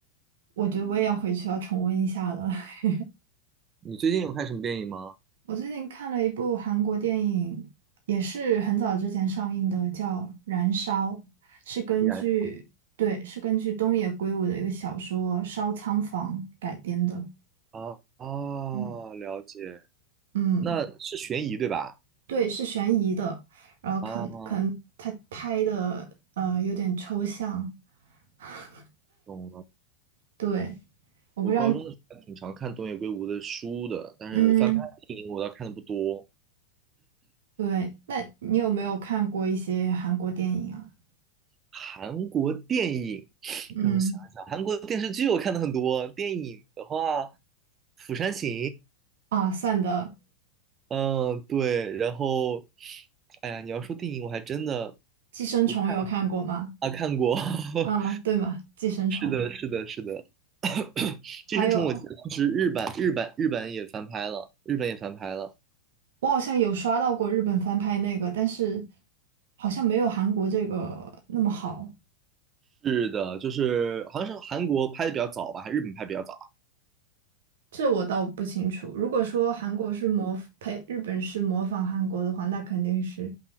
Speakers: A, on the right; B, on the right.
A: 我觉得我也要回去要重温一下了。<laughs>
B: 你最近有看什么电影吗？
A: 我最近看了一部韩国电影，也是很早之前上映的，叫《燃烧》，是根据，
B: 依然
A: 对，是根据东野圭吾的一个小说《烧仓房》改编的。
B: 啊啊，哦了解，
A: 嗯嗯，
B: 那是悬疑对吧？
A: 对，是悬疑的，然后可能可能他拍的呃有点抽象。
B: 啊，
A: <laughs>
B: 懂了。
A: 对，我不知道，
B: 我高中的时候还挺常看东野圭吾的书的，但是翻拍电影我倒看的不多。
A: 嗯，对，那你有没有看过一些韩国电影啊？
B: 韩国电影，<sucks teeth>
A: 嗯，
B: 让我想一想，韩国电视剧我看的很多。电影的话，《釜山行》，
A: 啊，算的，
B: 嗯，对，然后，哎呀，你要说电影，我还真的
A: 《寄生虫》有看过吗？
B: 不太啊看过。<laughs>
A: 啊，对嘛，寄生虫。
B: 是的，是的，是的，<coughs>《寄生虫》我记得当时日版、
A: 还有，
B: 日版、日版也翻拍了，日本也翻拍了。
A: 我好像有刷到过日本翻拍那个，但是好像没有韩国这个那么好，
B: 是的，就是好像是韩国拍的比较早吧，还是日本拍得比较早。
A: 这我倒不清楚。如果说韩国是模呸，日本是模仿韩国的话，那肯定是